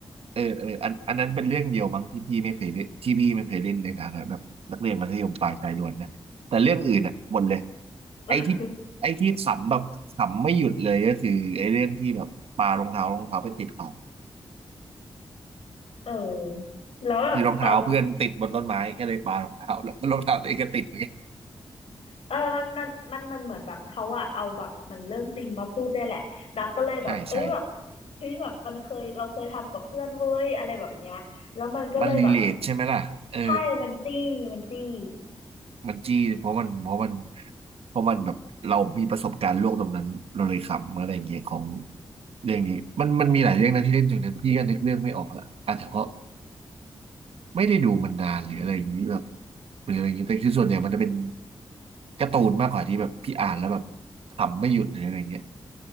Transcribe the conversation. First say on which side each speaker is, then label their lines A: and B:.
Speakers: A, on the right; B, on the left.
A: เออเอออันอันนั้นเป็นเรื่องเดียวมั้งที่พี่ไม่เคยเล่นที่พี่ไม่เคยเล่นในฐานะแบบนักเรียนมัธยมปลายชายล้วนนะแต่เรื่องอื่นอ่ะหมดเลย
B: <laughs>
A: ไอ้ที่ไอ้ที่ขำแบบขำไม่หยุดเลยก็คือไอ้เรื่องที่แบบปารองเท้ารองเท้าไปติดต่อ
B: เออแล้วแบบตอน
A: คือรองเท้าเพื่อนติดบนต้นไม้ก็เลยปารองเท้าแล้วก็รองเท้าตัวเองก็ติดเหมือนกัน
B: เออมันมันมันมันเหมือนแบบเขาอะเอาแบบมันเรื่องจริงมาพูดได้วยแหละดักก็เลยแบบเอ้ยแบบ
A: ใช่ใช่
B: เฮ้ยแบบมันเคยเราเคยทำกับเพื่อนเว้ยอะไรแบบเนี้ยแล้วมันก็เลยแบบ
A: มันรีเลทใช่ไหมล่ะเออ
B: ใช่มันจี้มันจี้
A: มันจี้เพราะมันเพราะมันเพราะมันแบบเรามีประสบการณ์โลกตรงนั้นเราเลยขำอะไรอย่างเงี้ยของเรื่องนี้มันมันมีหลายเรื่องนะที่เล่นถึงนั้นพี่ก็นึกเรื่องไม่ออกละอาจจะเพราะไม่ได้ดูมันนานหรืออะไรอย่างงี้แบบหรืออะไรอย่างงี้แต่คือส่วนใหญ่มันจะเป็นการ์ตูนมากกว่าที่แบบพี่อ่านแล้วแบบขำไม่หยุดหรืออะไรอย่างเงี้ย